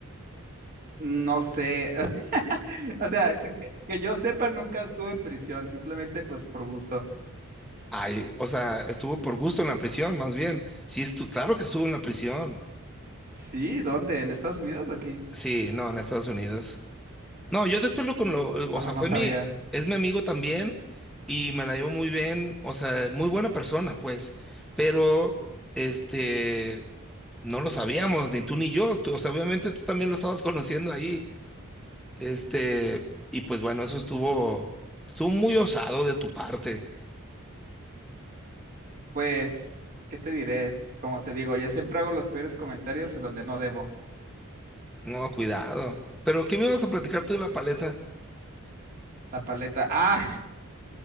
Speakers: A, on the right; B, in the centre.
A: No sé, <laughs> o sea, es que, que yo sepa, nunca estuvo en prisión, simplemente pues por gusto.
B: Ay, o sea, estuvo por gusto en la prisión, más bien. Sí, estu- claro que estuvo en la prisión.
A: Sí, ¿dónde? ¿En Estados Unidos o aquí?
B: Sí, no, en Estados Unidos. No, yo después lo con lo,
A: No,
B: o sea,
A: no
B: fue
A: sabía.
B: mi, es mi amigo también y me la llevo muy bien, o sea, muy buena persona, pues. Pero, este, No lo sabíamos, ni tú ni yo. Tú- o sea, obviamente tú también lo estabas conociendo ahí. Este, y pues bueno, eso estuvo, estuvo muy osado de tu parte.
A: Pues, ¿qué te diré? Como te digo, yo siempre hago los peores comentarios en donde no debo.
B: No, cuidado. ¿Pero qué me ibas a platicar tú de la paleta?
A: La paleta. ¡Ah!